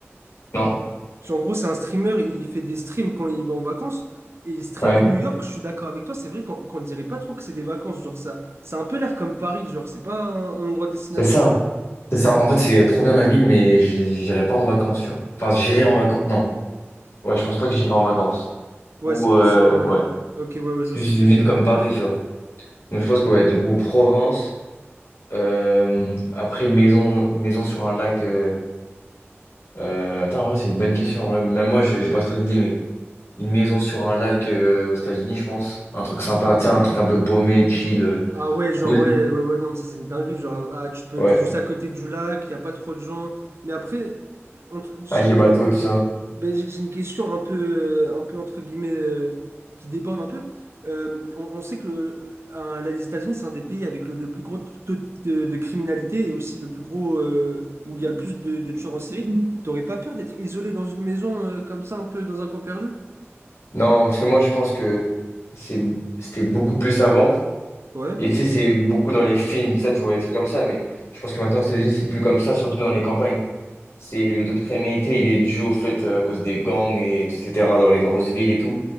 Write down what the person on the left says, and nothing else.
Non,
ouais,
c'est ça. C'est ça. En fait, c'est trop bien la ville, mais j'y- j'irai pas en vacances, tu vois. Enfin, j'irai en vacances. Non, ouais, je pense pas que j'irai en vacances.
Ou,
euh,
ouais,
c'est
plus
une
ville
comme Paris, tu vois. Donc, je pense que, ouais, donc, ou Provence. Euh, après, une maison, une maison sur un lac. euh, euh, attends, en vrai, c'est une bonne question. en vrai. Même moi, j'ai j'ai pas trop d'idées, mais une maison sur un lac euh, aux États-Unis, je pense. Un truc sympa, tiens, un truc un peu paumé, chill, euh,
cool.
Ouais,
avec le
bateau et tout ça.
Non, parce que moi, je pense que c'est, c'était beaucoup plus avant.
Et tu sais, c'est beaucoup dans les films, ça, tu vois, des trucs comme ça, mais je pense que maintenant aux États-Unis, c'est plus comme ça, surtout dans les campagnes. C'est le taux de criminalité, il est dû au fait euh, à cause des gangs et etc. dans les grosses villes et tout.